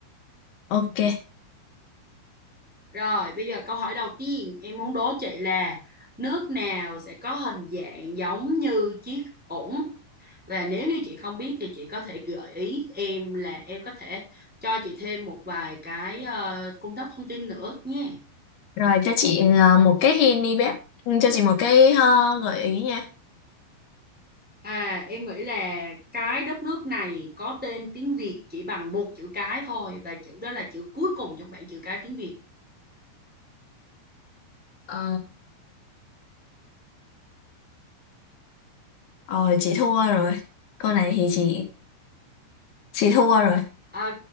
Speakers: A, on the left; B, in the centre.
A: Ok.
B: Rồi, bây giờ câu hỏi đầu tiên em muốn đố chị là nước nào sẽ có hình dạng giống như chiếc ổn? Và nếu như chị không biết thì chị có thể gợi ý em là em có thể cho chị thêm một vài cái ờ, cung cấp thông tin nữa nhé.
A: Rồi cho chị ờ, một cái hint đi bé. Ừ, Cho chị một cái ờ, gợi ý nha.
B: À, em nghĩ là cái đất nước này có tên tiếng Việt chỉ bằng một chữ cái thôi và chữ đó là chữ cuối cùng trong bảng chữ cái tiếng Việt.
A: Ờ, ờ, chị thua rồi. Câu này thì chị chị thua rồi.
B: Ờ,